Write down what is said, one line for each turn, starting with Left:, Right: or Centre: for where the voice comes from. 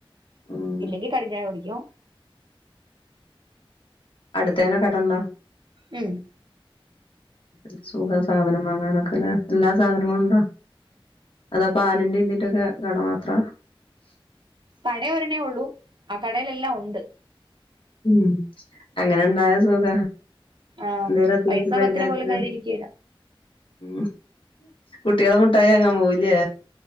Left: ഉം
Right: ഇല്ലെങ്കി കടുംചായ കുടിക്കും
Left: അടുത്തേന്നെ കടണ്ടോ
Right: ഉം
Left: എന്ത് സുഖാ സാധനം വാങ്ങാനൊക്കെലേ എല്ലാ സാധനും ഉണ്ടോ അതോ പാലിന്റെ ഇതിൻ്റോക്കെ കട മാത്ര
Right: കട ഒരണ്ണേ ഉള്ളൂ ആ കടയിലെല്ലാം ഒണ്ട്
Left: ഉം അങ്ങനെ ഇണ്ടായ സുഖ
Right: ആഹ്
Left: ന്തേലും അത്യവിശൃം
Right: പൈസ
Left: വേര്ണേരത്ത്
Right: പത്ത് രൂപ പോലും കയ്യിലിരിക്കേല
Left: ഉം കുട്ടിൃള് മുട്ടായി അങ്ങാൻ പോവുംല്ലേ